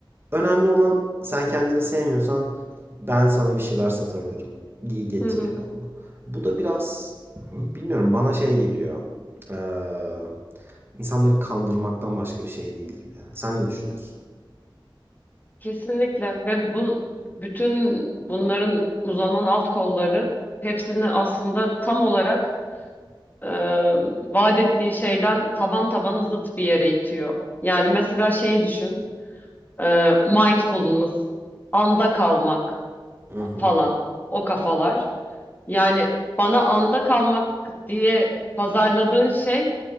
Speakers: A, on the right; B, on the left.
A: önemli olan sen kendini sevmiyorsan ben sana bir şeyler satabilirim iyi getiriyor.
B: Hı hı,
A: Bu da biraz bilmiyorum bana şey geliyor. Ee, insanları kandırmaktan başka bir şey değil gibi. Sen ne düşünüyorsun?
B: kesinlikle ve bu, bütün bunların uzanan alt kolları hepsini aslında tam olarak e, vaat ettiği şeyden taban tabana zıt bir yere itiyor. Yani mesela şeyi düşün, e, mindfulness, anda kalmak
A: Hı hı.
B: falan o kafalar. Yani bana anda kalmak diye pazarladığın şey